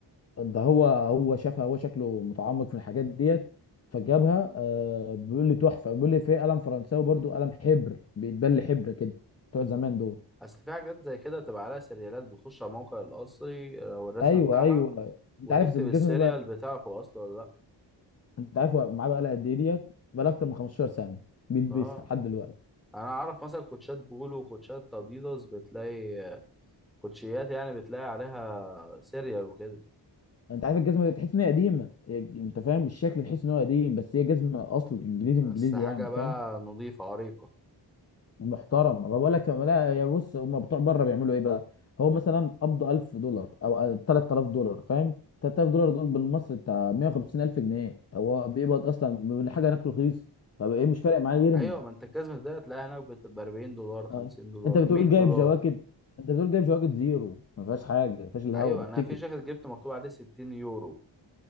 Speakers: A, on the left; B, in the centre.
A: ده هو هو شافها هو شكله متعمق في الحاجات ديت فجابها آه بيقول لي تحفه بيقول لي في قلم فرنساوي برضو قلم حبر بيتبل حبر كده بتوع زمان دول
B: اصل في حاجات زي كده تبقى عليها سيريالات بتخش على موقع الاصلي او الرسم
A: ايوه
B: بتاعها
A: ايوه انت
B: وتكتب
A: عارف الجزمه
B: السيريال
A: دي بقى
B: بتاعه هو اصله ولا لا
A: انت عارف هو معاه بقى لها قد ايه ديت بقى لها اكتر من 15 سنه بيلبسها
B: اه
A: لحد دلوقتي
B: انا اعرف مثلا كوتشات بولو وكوتشات اديداس بتلاقي كوتشيات يعني بتلاقي عليها سيريال وكده
A: انت عارف الجزمه دي تحس ان هي قديمه هي- انت فاهم الشكل تحس ان هو قديم بس هي جزمه اصل انجليزي انجليزي
B: بس حاجة
A: يعني فاهم
B: بقى نظيفة عريقة
A: محترم ما بقول لك لا يا بص هم بتوع بره بيعملوا ايه بقى هو مثلا قبض 1000 دولار او 3000 دولار فاهم 3000 دولار دول بالمصري بتاع 150000 جنيه هو بيقبض اصلا من حاجه هناك رخيص طب ايه مش فارق معاه يرمي
B: أيوة ما أنت الجزمة ده هتلاقيها هناك بتبقى 40 دولار 50
A: اه
B: دولار
A: انت بتقول
B: 100
A: جايب
B: دولار
A: جواكت انت بتقول جايب جواكت زيرو ما فيهاش حاجه ما فيهاش الهوا
B: أيوة
A: بالتيكت
B: أنا في جاكيت جبته مكتوب عليه 60 يورو